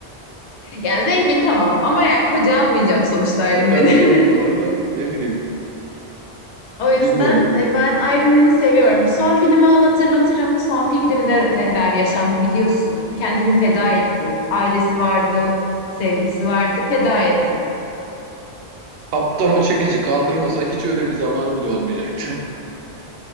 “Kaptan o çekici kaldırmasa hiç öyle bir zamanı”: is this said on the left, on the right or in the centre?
Right